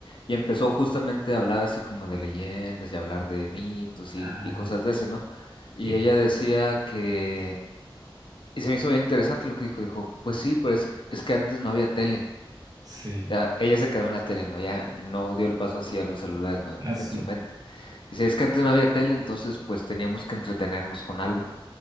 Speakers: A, on the left; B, on the right.
A: y empezó justamente a hablar así como de leyendas y hablar de mitos
B: Ah,
A: y, y cosas de ese, ¿no? Y
B: qué
A: ella
B: bueno.
A: decía que, y se me hizo bien interesante lo que dijo, dijo, pues sí, pero es, es que antes no había tele.
B: Sí.
A: Ya, ella se quedó en la tele, ¿no? Ya no dio el paso así a los celulares, ¿no?
B: Así.
A: En su mente. Dice, es que antes no había tele, entonces pues teníamos que entretenernos con algo.